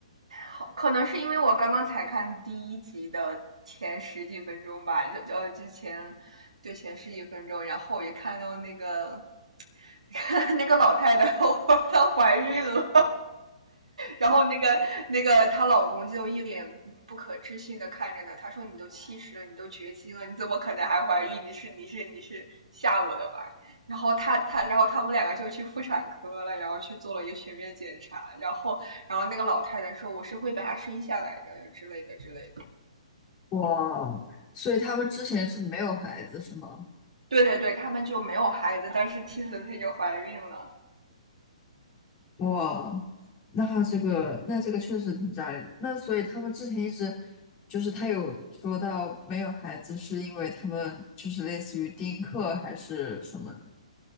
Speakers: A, on the right; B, on the left.
A: 好，可能是因为我刚刚才看第一集的前十几分钟吧，就就呃之前就前十几分钟，然后我就看到那个 <laughs> 那个老太太，我她怀孕了，然后那个那个她老公就一脸不可置信的看着她，他说：“你都七十了，你都绝经了，你怎么可能还怀孕？你是你是你是吓我的吧？”然后她她然后他们两个就去妇产科了，然后去做了一个全面检查，然后然后那个老太太说：“我是会把她生下来的之类的之类的。”
B: 哇，所以他们之前是没有孩子是吗？
A: 对对对，他们就没有孩子，但是妻子她就怀孕了。
B: 哇，那这个那这个确实挺扎人。那所以他们之前一直就是他有说到没有孩子是因为他们就是类似于丁克还是什么的。